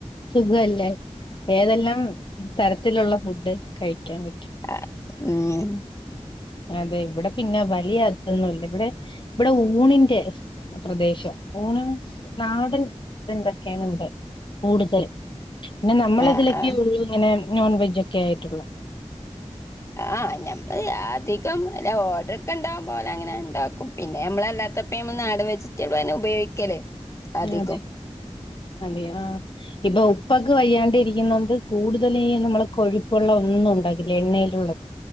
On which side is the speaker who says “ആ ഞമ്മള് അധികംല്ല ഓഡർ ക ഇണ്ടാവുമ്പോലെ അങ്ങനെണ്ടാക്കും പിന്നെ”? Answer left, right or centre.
Left